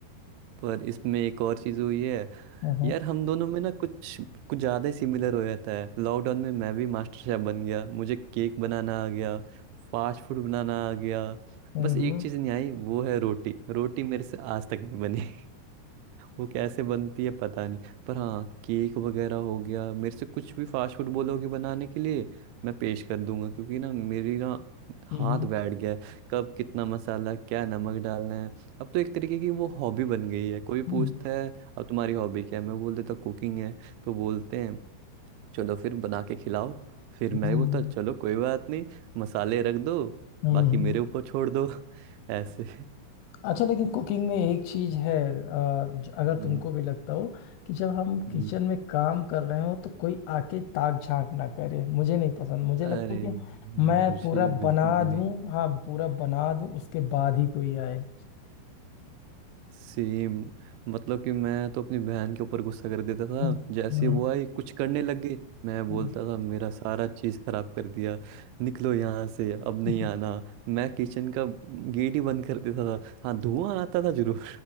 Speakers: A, on the right; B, on the left.
A: पर इसमें एक और चीज हुई है
B: हम्म
A: यार हम दोनों में ना कुछ कुछ ज्यादा ही सिमिलर हो जाता है लॉकडाउन में मैं भी मास्टर शेफ बन गया मुझे केक बनाना आ गया फास्ट फूड बनाना आ गया
B: हम्म
A: बस एक
B: हम्म
A: चीज नहीं आई वो है रोटी रोटी मेरे से आज तक नहीं बनी वो कैसे बनती है पता नहीं पर हाँ केक वगैरह हो गया मेरे से कुछ भी फास्ट फूड बोलोगे बनाने के लिए मैं पेश कर दूंगा क्योंकि ना मेरी ना हाथ
B: हम्म
A: बैठ गया है कब कितना मसाला क्या नमक डालना है अब तो एक तरीके की वो हॉबी बन गई है कोई
B: हम्म
A: पूछता है अब तुम्हारी हॉबी क्या है मैं बोल देता कुकिंग है तो बोलते हैं चलो फिर बना के खिलाओ फिर मैं
B: हम्म,
A: ही बोलता चलो कोई बात नहीं मसाले रख दो
B: हम्म,
A: बाकी
B: हम्म।
A: मेरे ऊपर छोड़ दो <laughs> ऐसे
B: अच्छा लेकिन कुकिंग में एक चीज है अ, ज- अगर तुमको
A: हम्म
B: भी लगता हो कि जब हम
A: हम्म।
B: किचन में काम कर रहे हो तो कोई आके ताक झांक ना करे मुझे नहीं पसंद मुझे
A: अरे
B: लगता है कि मैं
A: मुझे
B: पूरा
A: बिल्कुल
B: बना
A: भी
B: दूं
A: नहीं
B: हाँ पूरा बना दूं उसके बाद ही कोई आए
A: सेम मतलब कि मैं तो अपनी बहन के ऊपर गुस्सा कर देता था
B: हम्म,
A: जैसे
B: हम्म,
A: ही वो आई कुछ करने लग गई मैं बोलता
B: हम्म।
A: था मेरा सारा चीज खराब कर दिया निकलो यहाँ से अब नहीं
B: <laughs>
A: आना मैं किचन का गेट ही बंद कर देता था हाँ धुआं आता था जरूर